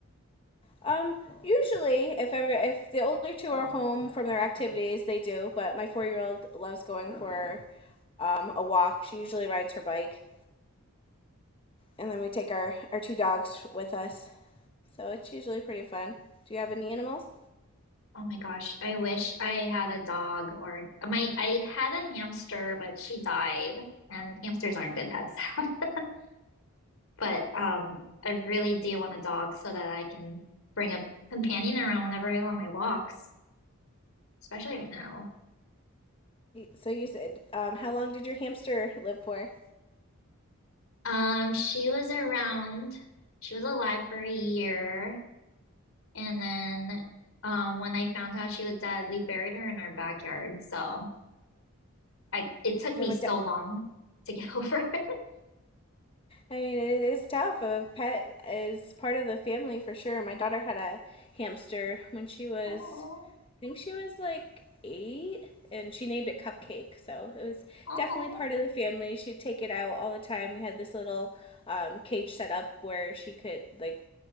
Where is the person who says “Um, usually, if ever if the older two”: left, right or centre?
Left